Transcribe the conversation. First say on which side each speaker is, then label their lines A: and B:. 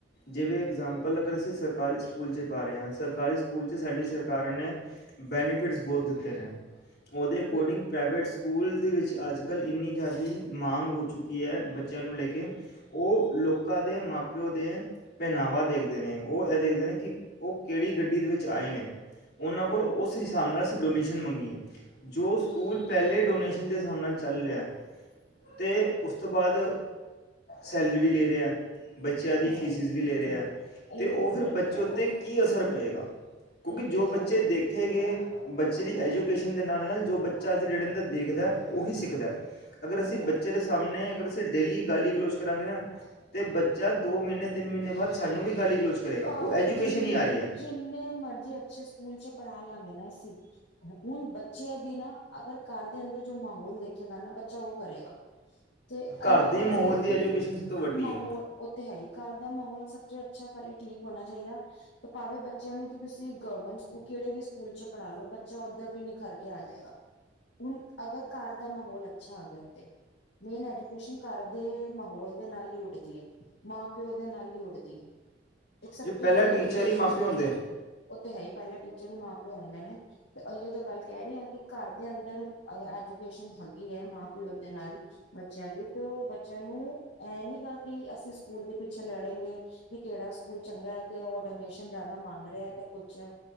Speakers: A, on the left; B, on the left.
A: ਜਿਵੇਂ ਇਗਜ਼ਾਮਪਲ ਅਗਰ ਅਸੀਂ ਸਰਕਾਰੀ ਸਕੂਲ 'ਚ ਪਾ ਰਹੇ ਹਾਂ ਸਰਕਾਰੀ ਸਕੂਲ 'ਚ ਸਾਡੀ ਸਰਕਾਰ ਨੇ ਬੈਨੀਫਿਟਸ ਬਹੁਤ ਦਿੱਤੇ ਨੇ। ਉਹਦੇ ਅਕੋਡਿੰਗ
B: ਬਿਲਕੁਲ
A: ਪ੍ਰਾਈਵੇਟ ਸਕੂਲ ਦੇ ਵਿੱਚ ਅੱਜ ਕੱਲ੍ਹ ਇੰਨੀ ਜ਼ਿਆਦਾ ਮਾਂਗ ਹੋ ਚੁੱਕੀ ਹੈ ਬੱਚਿਆਂ ਨੂੰ ਲੈ ਕੇ ਉਹ ਲੋਕਾਂ ਦੇ ਮਾਂ ਪਿਓ ਦੇ ਪਹਿਨਾਵਾ ਦੇਖਦੇ ਨੇ ਉਹ ਇਹ ਦੇਖਦੇ ਨੇ ਕਿ ਉਹ ਕਿਹੜੀ ਗੱਡੀ ਦੇ ਵਿੱਚ ਆਏ ਨੇ। ਉਹਨਾਂ ਕੋਲ
B: ਬਿਲਕੁਲ
A: ਉਸ ਹਿਸਾਬ ਨਾਲ ਡੋਨੇਸ਼ਨ ਮੰਗੀ ਏ ਜੋ ਸਕੂਲ ਪਹਿਲੇੇ ਡੋਨੇਸ਼ਨ ਦੇ ਹਿਸਾਬ ਨਾਲ ਚੱਲ ਰਿਹਾ ਅਤੇ ਉਸ ਤੋਂ ਬਾਅਦ ਸੈਲਰੀ ਵੀ ਲੈ ਰਿਹਾ। ਬੱਚਿਆਂ
B: ਉਹ
A: ਦੀ
B: ਤੇ ਹੈ
A: ਫੀਸਿਸ
B: ਹੀ
A: ਵੀ
B: ਉਹ
A: ਲੈ
B: ਤੇ
A: ਰਹੇ ਹੈ
B: ਹੀ
A: ਅਤੇ
B: ਇਹੀਓ
A: ਉਹ
B: ਤੇ ਹੋ
A: ਫਿਰ
B: ਰਿਹਾ
A: ਬੱਚੇ ਉੱਤੇ ਕੀ ਅਸਰ ਪਏਗਾ ਕਿਉਂਕਿ
B: ਉਹ ਤੇ
A: ਜੋ ਬੱਚੇ
B: ਹੈ ਹੀ
A: ਦੇਖੇ ਗਏ। ਬੱਚੇ ਦੀ ਐਜੂਕੇਸ਼ਨ ਦੇ ਨਾਲ ਨਾਲ ਜੋ ਬੱਚਾ ਅੱਜ ਰੇੜਣ ਚ ਦੇਖਦਾ ਏ ਉਹੀ ਸਿੱਖਦਾ। ਅਗਰ
B: ਉਹ
A: ਅਸੀਂ
B: ਤੇ ਹੈ
A: ਬੱਚੇ ਦੇ ਸਾਹਮਣੇ ਅਸੀਂ ਡੇਲੀ ਗਾਲੀ ਗਲੋਚ ਕਰਾਂਗੇ ਨਾ ਤੇ ਬੱਚਾ ਦੋ ਮਹੀਨੇ ਤਿੰਨ ਮਹੀਨੇ ਬਾਅਦ ਸਾਨੂੰ ਵੀ ਗਾਲੀ ਗਲੋਚ ਕਰੇਗਾ
B: ਭਾਵੇਂ
A: ਉਹ ਐਜੂਕੇਸ਼ਨ
B: ਜਿੰਨ
A: ਹੀ ਆ ਰਹੀ ਹੈ
B: ਜਿੰਨੇ ਮਰਜ਼ੀ ਅੱਛੇ ਸਕੂਲ ਚ ਪੜ੍ਹਾ ਲਾਂਗੇ ਨਾ ਅਸੀਂ ਹੁਣ ਬੱਚਿਆਂ ਦੀ ਨਾ ਅਗਰ ਘਰ ਦੇ ਅੰਦਰ ਜੋ ਮਾਹੌਲ ਦੇਖੇਗਾ ਨਾ ਬੱਚਾ ਉਹ ਕਰੇਗਾ। ਤੇ
A: ਘਰ
B: ਇਹੀ
A: ਦੇ
B: ਗੱਲ
A: ਮਾਹੌਲ
B: ਹੈ
A: ਦੀ
B: ਕਿ
A: ਐਜੂਕੇਸ਼ਨ ਸਭ ਤੋਂ ਵੱਡੀ
B: ਮਾਹੌਲ
A: ਹੈ
B: ਉੱਥੇ ਹੈ। ਘਰ ਦਾ ਮਾਹੌਲ ਸਭ ਤੋਂ ਅੱਛਾ ਪਲੇ। ਠੀਕ ਹੋਣਾ ਚਾਹੀਦਾ ਭਾਵੇਂ ਬੱਚਿਆਂ ਨੂੰ ਤੁਸੀਂ ਗਰਮੈਂਟ ਸਕੂਲ ਕਿਹੜੇ ਵੀ ਸਕੂਲ ਚ ਪੜ੍ਹਾ ਲੋ ਬੱਚਾ ਓਧਰ ਵੀ ਨਿਖਰ ਕੇ ਆ ਜਾਏਗਾ ਹੁਣ ਅਗਰ ਘਰ ਦਾ ਮਾਹਲ ਅੱਛਾ ਆ ਗਿਆ ਮੇਨ ਐਜੂਕੇਸ਼ਨ ਘਰ ਦੇ ਮਾਹਲ ਦੇ ਨਾਲ ਹੀ ਉੱਡਦੀ ਹੈ ਮਾਂ ਪਿਓ ਦੇ ਨਾਲ ਹੀ ਉੱਡਦੀ ਹੈ। ਇੱਕ ਸਭ
A: ਜੇ ਪਹਿਲਾ
B: ਤੋਂ ਬੜੀ ਐਜੂਕੇਸ਼ਨ
A: ਟੀਚਰ ਹੀ ਮਾਪੇ ਹੁੰਦੇ
B: ਉਹ ਤੇ ਹੈ ਹੀ ਪਹਿਲੇ ਟੀਚਰ ਵੀ ਮਾਂ ਪਿਓ ਹੁੰਦੇ ਨੇ ਤੇ ਏਹੀ ਤੋਂ ਗੱਲ ਕਹਿ ਰਹੀ ਹਾਂ ਕਿ ਘਰ ਦੇ ਅੰਦਰ ਐਜੂਕੇਸ਼ਨ ਹੈਗੀ ਹੈ ਮਾਂ ਪਿਓ ਦੇ ਨਾਲ ਬੱਚਿਆਂ ਦੀ ਤੇ ਉਹ ਬੱਚਿਆਂ ਨੂੰ ਐ ਨੀ ਗਾ ਕਿ ਅਸੀਂ ਸਕੂਲ ਦੇ ਪਿੱਛੇ ਲੜੇਗੇ ਵੀ ਕਿਹੜਾ ਸਕੂਲ ਚੰਗਾ ਹੈ ਤੇ ਉਹ ਡੋਨੇਸ਼ਨ ਜ਼ਿਆਦਾ ਮੰਗ ਰਿਹਾ ਤੇ ਕੁਛ ਹੈ